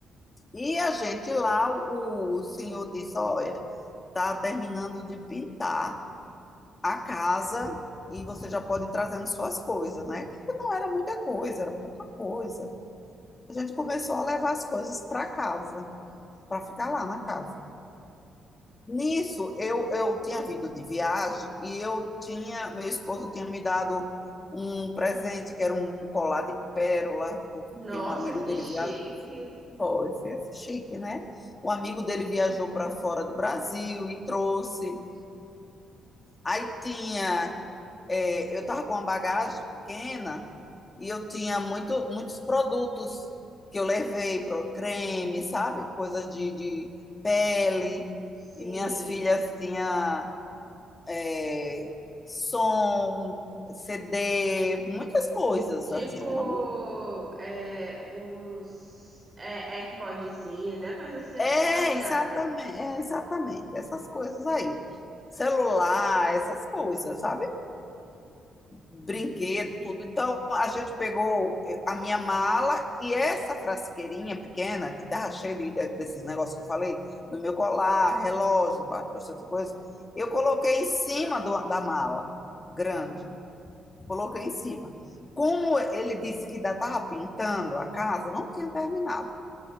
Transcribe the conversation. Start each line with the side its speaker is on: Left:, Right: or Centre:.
Left: E a gente lá, o, o senhor disse, olha, está terminando de pintar. a casa e você já pode ir trazendo suas coisas, né? Que não era muita coisa, era pouca coisa. A gente começou a levar as coisas para casa, para ficar lá na casa. Nisso, eu, eu tinha vindo de viagem e eu tinha, meu esposo tinha me dado um presente que era um colar de pérola, porque
Right: Nossa,
Left: um amigo
Right: que
Left: dele
Right: chique.
Left: viajou, foi, foi chique, né? O amigo dele viajou para fora do Brasil e trouxe. Aí tinha é, eu estava com uma bagagem pequena e eu tinha muito, muitos produtos que eu levei, pro creme, sabe? Coisas de, de pele.
Right: Sim.
Left: E minhas filhas tinham é, som, CD, muitas coisas,
Right: Tipo,
Left: assim. Era muito...
Right: é, uns é, AirPodzinho, né? Coisa assim, você
Left: É,
Right: tá ligada?
Left: exatamente, é, exatamente. Essas coisas aí. Celular, essas coisas, sabe? brinquedo, tudo. Então, a gente pegou a minha mala e essa frasqueirinha pequena, que estava cheia de- desses negócios que eu falei, do meu colar, relógio, ba- bastante coisa, eu coloquei em cima do- da mala, grande, coloquei em cima. Como ele disse que ainda estava pintando a casa, não tinha terminado.